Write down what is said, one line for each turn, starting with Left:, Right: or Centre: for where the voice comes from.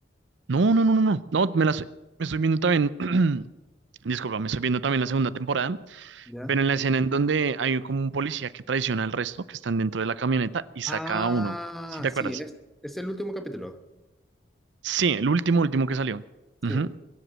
Right: No, no, no, no, no. No, me la estoy, me estoy viendo también. <clears throat> Disculpa, me estoy viendo también la segunda temporada,
Centre: ¿Ya?
Right: pero en la escena en donde hay como un policía que traiciona al resto, que están dentro de la camioneta y saca
Centre: Ah,
Right: a uno. ¿Sí te acuerdas?
Centre: sí, es, es el último capítulo.
Right: Sí, el último, último que salió.
Centre: Sí.
Right: Ujú.